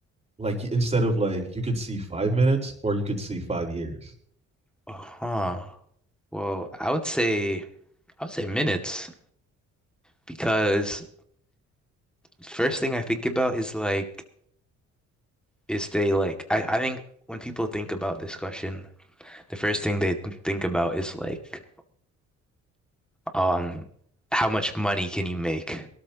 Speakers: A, on the right (about 20°); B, in the centre.
A: Like, instead of like, you could see five minutes or you could see five years.
B: uh-huh. Well, I would say I would say minutes because first thing I think about is like, is they like I, I think when people think about this question, the first thing they th- think about is like, um, how much money can you make?